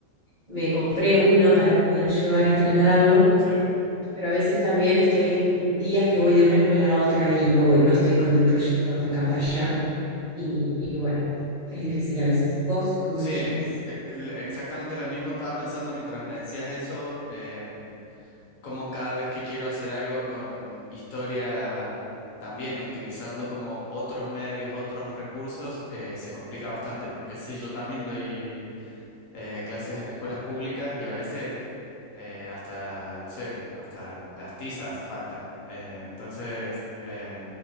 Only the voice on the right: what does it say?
me compré uno para poder llevar y trasladarlo,
pero a veces también estoy días que voy de una escuela a otra y no, voy, no estoy con el proyector de acá para allá y, y bueno, es difícil a veces. ¿Vos cómo
la llevas?